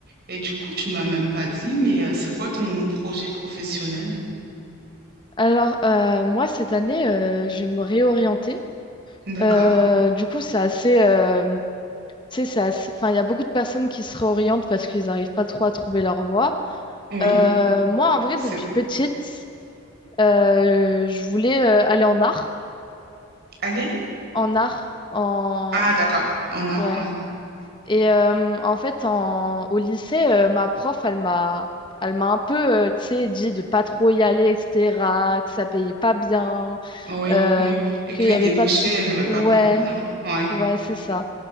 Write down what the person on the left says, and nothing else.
Alors, euh, moi, cette année, euh, je vais me réorienter.
Euh, du coup, c'est assez, euh, tu sais, c'est assez... Enfin, il y a beaucoup de personnes qui se réorientent parce qu'ils n'arrivent pas trop à trouver leur voie.
Euh, moi, en vrai,
depuis petite, euh, je voulais euh, aller en art.
En art, en...
Ouais.
Et euh, en fait, en... au lycée, euh, ma prof, elle m'a... Elle m'a un peu, euh, tu sais, dit de pas trop y aller, etc., que ça payait pas bien,
euh,
qu'il
n'y
avait
pas trop.
Ouais,
ouais, c'est ça.